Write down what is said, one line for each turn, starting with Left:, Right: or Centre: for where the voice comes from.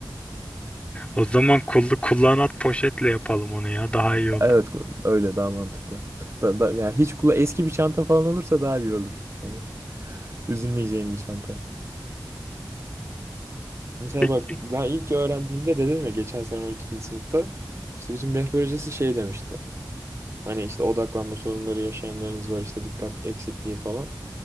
Left: O zaman kullu kullanat poşetle yapalım onu ya. Daha iyi olur.
Right: Evet öyle daha mantıklı. Da, da, yani hiç kula eski bir çanta falan olursa daha iyi olur. Hani üzülmeyeceğim bir çanta. Mesela
Left: Peki.
Right: bak ben ilk öğrendiğimde dedim ya geçen sene 12. sınıfta işte bizim rehber hocası şey demişti. Hani işte odaklanma sorunları yaşayanlarınız var işte dikkat eksikliği falan.